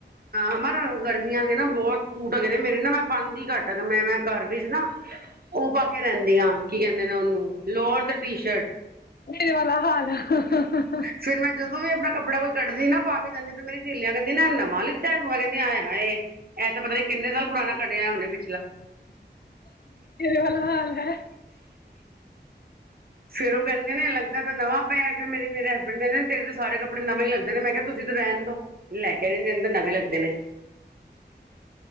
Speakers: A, on the right (about 55°); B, on the left (about 60°).
A: ਅਮਰ ਗਰਮੀਆਂ ਦੇ ਨਾ ਬਹੁਤ ਸੂਟ ਹੈਗੇ ਨੇ ਮੇਰੇ ਨਾ ਮੈਂ ਪਾਂਦੀ ਘੱਟ ਮੈਂ -ਮੈਂ ਘਰ ਵਿਚ ਨਾ ਉਹ ਪਾ ਕੇ ਰਹਿੰਦੀ ਹਾਂ ਕੀ ਕਹਿੰਦੇ ਨੇ ਉਹਨੂੰ ਲੋਰ ਤੇ ਟੀ ਸ਼ਰਟ।
B: ਮੇਰੇ ਵਾਲਾ ਹਾਲ ਆ
A: ਫਿਰ ਮੈਂ ਜਦੋਂ
B: <inaudible>
A: ਵੀ ਆਪਣਾ ਕੱਪੜਾ ਕੋਈ ਕੱਢਦੀ ਨਾ ਪਾ ਕੇ ਜਾਂਦੀ ਤੇ ਮੇਰੀ ਸੇਲੀਆਂ ਕਹਿੰਦੀ ਨਾ ਨਵਾਂ ਲਿੱਤਾ। ਭੂਆ ਕਹਿੰਦੇ ਆ ਹਾਏ ਇਹ ਤਾਂ ਪਤਾ ਨੀ ਕਿੰਨੇ ਸਾਲ ਪੁਰਾਣਾ ਕੱਢਿਆ ਹੁਣੇ ਪਿ
B: <inaudible> ਮੇਰੇ ਵਾਲਾ ਹਾਲ ਏ।
A: ਫੇਰ ਉਹ ਕਹਿੰਦੇ ਨੇ ਲੱਗਦਾ ਤਾਂ ਨਵਾਂ ਪਿਆ ਫਿਰ ਮੇ ਮੇਰੇ ਹਸਬੈਂਡ ਕਹਿੰਦੇ ਨੇ ਤੇਰੇ ਸਾਰੇ ਕੱਪੜੇ ਨਵੇਂ ਹੀ ਲੱਗਦੇ ਨੇ ਮੈਂ ਕਿਹਾ ਤੁਸੀਂ ਤੇ ਰਹਿਣ ਦੋ। ਲੈ ਕੇ ਨਹੀਂ ਦਿੰਦੇ ਨਵੇਂ ਲੱਗਦੇ ਨੇ। <inaudible>